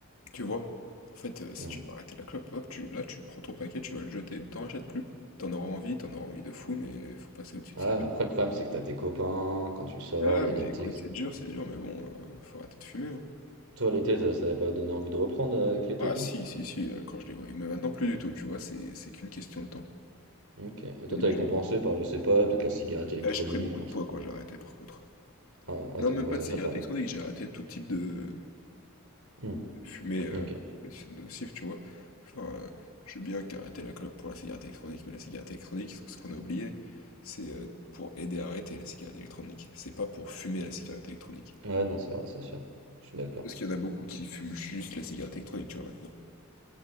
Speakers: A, on the left; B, on the right.
A: Tu vois? En fait, euh, si
B: Mm.
A: tu veux arrêter la clope, hop, tu, là, tu prends ton paquet, tu vas le jeter, t'en rachètes plus. T'en auras envie, t'en auras envie de fou, mais faut passer au-dessus
B: Ah,
A: de ça.
B: mais après, le problème, c'est que t'as tes copains, quand tu sors,
A: Ah,
B: il y
A: mais
B: a l'été,
A: écoute,
B: etc.
A: c'est dur, c'est dur, mais bon, euh, faut arrêter de fumer, hein.
B: Toi, l'été, ça, ça t'avait pas donné envie de reprendre euh, avec l'été,
A: Ah
B: toi?
A: si, si, si, euh, quand je les voyais. Mais maintenant, plus du tout, tu vois, c'est c'est qu'une question de temps.
B: Ok. Et
A: Au
B: toi,
A: début,
B: t'avais
A: je
B: compensé
A: me disais.
B: par, je sais pas, peut-être la cigarette électronique.
A: Là, j'ai pris beaucoup
B: j'en
A: de
B: sais-
A: poids quand j'ai arrêté, par contre.
B: Ah, ouais,
A: Non,
B: t'as
A: même
B: compensé
A: pas de cigarette
B: ça par
A: électronique,
B: là.
A: j'ai arrêté tout type de,
B: Hmm,
A: de fumée euh,
B: ok.
A: c'est nocif, tu vois. Enfin, euh, je veux bien qu'arrêter la clope pour la cigarette électronique, mais la cigarette électronique, ce ce qu'on a oublié, c'est euh, pour aider à arrêter la cigarette électronique. C'est pas pour fumer la cigarette électronique.
B: Ouais, non, c'est vrai, c'est sûr. Je suis d'accord.
A: Parce qu'il y en a beaucoup qui fument juste la cigarette électronique, tu vois, maintenant.